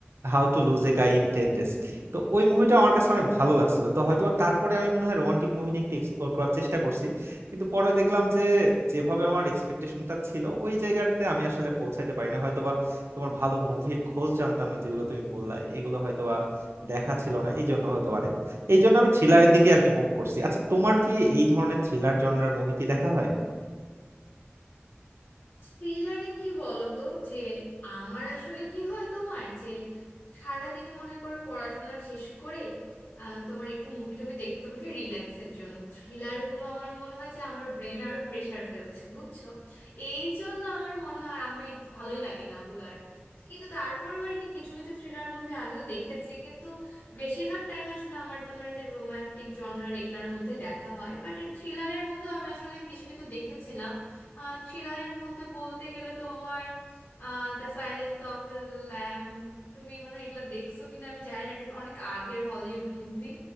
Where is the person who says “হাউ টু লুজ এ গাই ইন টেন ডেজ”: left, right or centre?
Right